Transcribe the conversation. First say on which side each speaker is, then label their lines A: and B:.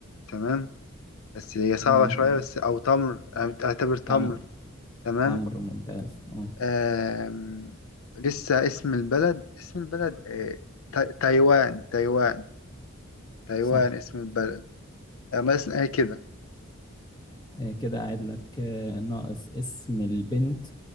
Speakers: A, on the left; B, on the left.
A: تمام بس هي صعبة
B: تمام
A: شوية بس أو تمر أعتبر تمر
B: تمر
A: تمام
B: تمر ممتاز اه
A: آم... لسه اسم البلد اسم البلد آه، تا- تايوان تايوان تايوان
B: صح
A: اسم البلد آه، مثلا ايه كده
B: آه، كده قاعد لك آه، ناقص اسم البنت